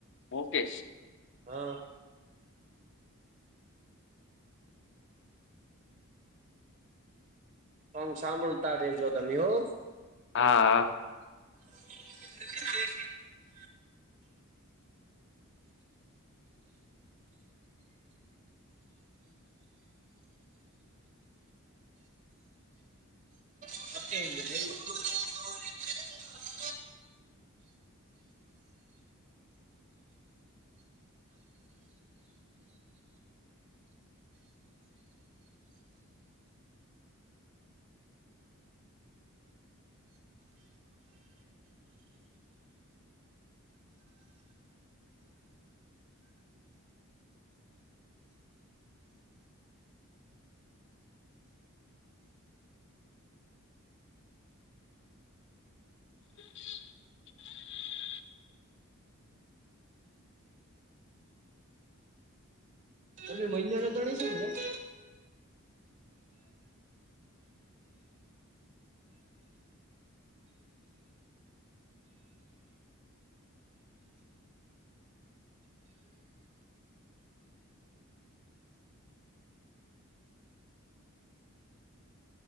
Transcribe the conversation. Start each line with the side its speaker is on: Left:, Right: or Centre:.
Left: ઓકે
Right: હા સોંગ સાંભળતા રેજો તમે હો
Left: હા
Right: દ અ <unintelligible>
Left: <unintelligible>
Right: તમે મહિના ના તણશો ને ત